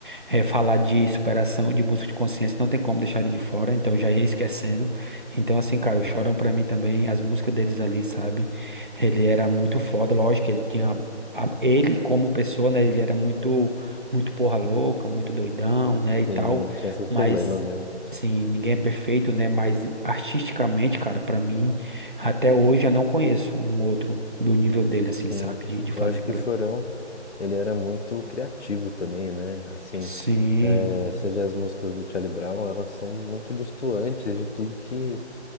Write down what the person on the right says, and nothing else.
É, falar de superação, de música de consciência, não tem como deixar ele de fora. Então, já ia esquecendo. Então, assim, cara, o
Chorão para mim também, as músicas deles ali, sabe? Ele era muito foda, lógico, ele tinha a- ele como pessoa, né, ele era muito muito porra louca, muito doidão, né, e
tal,
mas
sim, ninguém é perfeito, né, mas artisticamente, cara, pra mim, até hoje eu não conheço um outro do nível dele assim,
sabe, de, de fazer
aquela.
Sim,